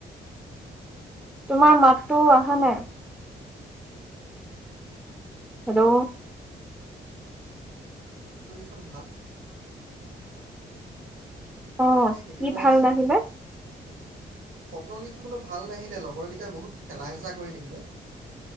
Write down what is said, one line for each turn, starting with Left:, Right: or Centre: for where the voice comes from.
Centre: তোমাৰ মাতটো আহা নাই। হেল্ল'?
Right: ছবিখন ভাল
Centre: অ'।
Right: তাকে কেতিয়াবা
Centre: কি ভাল নাহিলে
Right: ফটোগিখন বোলো ভাল নাহিলে, লগৰকেইটাই বহুত ঠেলা হেচা কৰি থাকিলে।